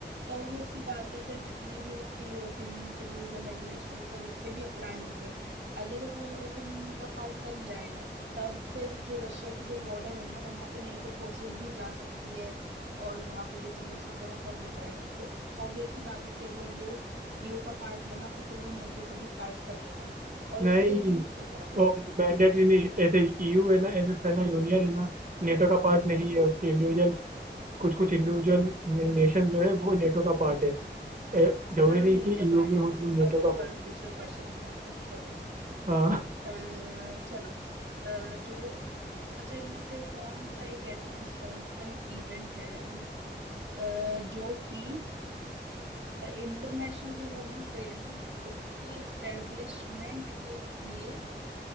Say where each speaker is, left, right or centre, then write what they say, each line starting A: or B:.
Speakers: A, on the right; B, on the right.
A: ऑब्वियस सी बात है फिर जितने भी उसके यूरोपियन यूनियन के रूल्स एंड रेगुलेशन है वो सब उस पे भी अप्लाई होंगे अगर वो यूरोपियन यूनियन का पार्ट बन जाएगा तब फिर जो रशिया की जो बॉर्डर है ना वहां पे नेटो फोर्सेस भी जा सकती है और वहां पे विजिलेंस वगैरह सब हो जाएगा तो ऑब्वियस सी बात है कि अगर वो ईयू का पार्ट बना तो फिर वो नेटो का भी पार्ट बनेगा और इससे
B: नहीं
A: ही उसको प्रॉब्लम
B: वो
A: थी
B: मैंडेटरी नहीं ऐसे ईयू है ना ऐसे सेना यूनियन है ना नेटो का पार्ट नहीं है उसके इंडिविजुअल कुछ कुछ इंडिविजुअल नेशन जो है वो नेटो का पार्ट है ए, जरूरी
A: चलो
B: नहीं
A: ठीक
B: कि
A: है
B: ईयू
A: मान
B: भी
A: लिया
B: हो तो तुम नेटो
A: अब ऊपर
B: का हो
A: दूसरे क्वेश्चन में जाते हैं छोड़ो इसको
B: हाँ
A: अ, चलो अ, जो अच्छा इनमें से कौन सा एक ऐसा हिस्टोरिकल इवेंट है ये अ, जो कि इंटरनेशनल जो वुमेन्स डे है ना उसके इस्टेब्लिशमेंट के लिए